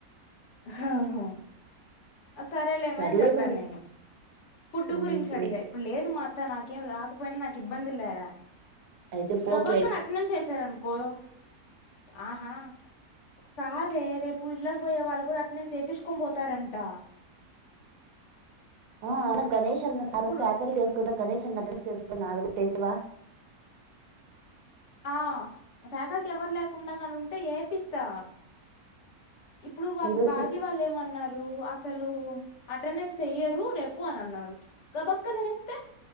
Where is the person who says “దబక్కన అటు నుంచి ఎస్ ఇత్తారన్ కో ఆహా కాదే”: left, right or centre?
Left